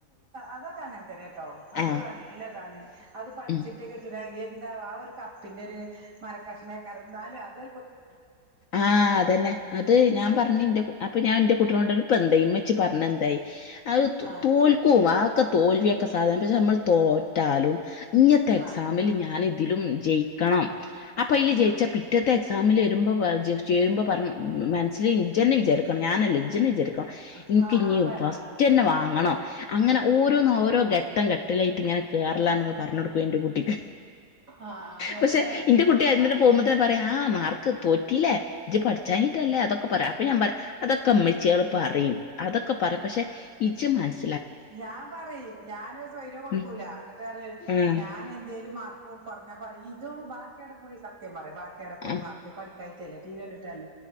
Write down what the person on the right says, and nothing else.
അതൊക്കെ അങ്ങനെ തന്നെട്ടോ അത്
നല്ലതാണ് അത് പഠിച്ചിട്ട്
കിട്ടണ എ ആഹ് ഒരു കപ്പിന്റൊരു മരകഷ്ണം കറുന്നാലും അത്
ആഹ്
ആഹ്
ആഹ്
ഉം
ആഹ്
ആഹ്
ആഹ് അങ്ങനത്തന്നെ
പറയ്
അപ്
ഞാൻ പറീ ഞാനോര് സ്വൈര്യം കൊടുക്കൂല.
ങ്ങട്ടറീ
ഞാൻ എന്തേലും മാർക്കു കൊർഞ്ഞാ പറിം ഇതോ ബാ ക്ക്യാട പോയി സത്യം പറ ബാ കേടെ പോയി
മാർക്ക് പഠിക്കാഞ്ഞില്ലേ ടി വ്യണ്ട്ട്ടല്ലേ